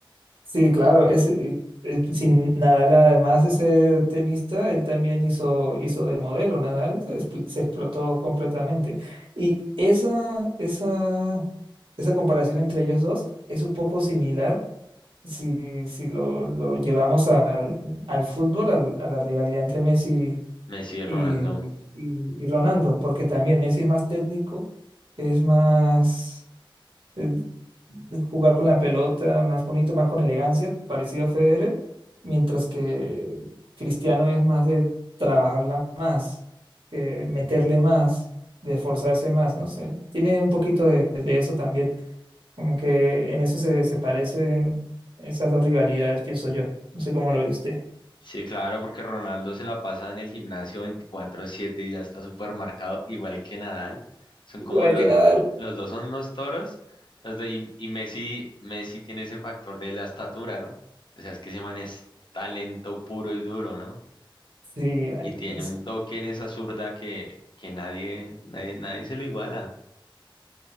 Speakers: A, on the right (about 70°); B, on the left (about 60°).
A: Sí, claro, ese, eh, eh, sin Nadal, además de ser tenista, él también hizo, hizo de modelo. Nadal se, expl- se explotó completamente. Y esa, esa, esa comparación entre ellos dos es un poco similar si, si lo, lo llevamos al, al fútbol, al- a la rivalidad entre Messi
B: Messi, y
A: y,
B: Ronaldo.
A: y y Ronaldo, porque también Messi es más técnico, es más de- de jugar con la pelota más bonito, más con elegancia, parecido a Federer, mientras que Cristiano es más de trabajarla más, eh, meterle más, de esforzarse más, no sé, tiene un poquito de, de eso también, como que en eso se, se parecen esas dos rivalidades, pienso yo, no sé cómo lo ve usted.
B: Sí, claro, porque Ronaldo se la pasa en el gimnasio veinticuatro siete y ya está súper marcado, igual que Nadal. Son
A: Igual
B: como los,
A: que Nadal,
B: los dos son unos toros, los dos- y, y Messi, Messi tiene ese factor de la estatura, ¿no? O sea, es que ese man es talento puro y duro, ¿no?
A: sí, marica,
B: Y tiene
A: sí,
B: un toque en esa zurda que, que nadie, nadie, nadie se lo iguala.